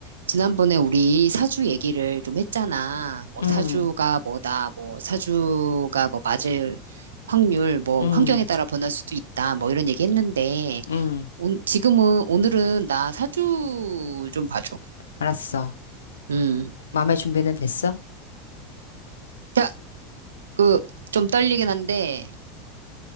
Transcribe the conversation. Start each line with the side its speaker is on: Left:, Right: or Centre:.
Right: 지난번에 우리 사주 얘기를 좀 했잖아. 뭐
Left: 응,
Right: 사주가 뭐다, 뭐 사주가 뭐 맞을 확률, 뭐
Left: 응,
Right: 환경에 따라 변할 수도 있다, 뭐 이런 얘기 했는데,
Left: 응.
Right: 온- 지금은, 오늘은 나 사주 좀 봐줘.
Left: 알았어.
Right: 음.
Left: 마음의 준비는 됐어?
Right: 자, 그, 좀 떨리긴 한데,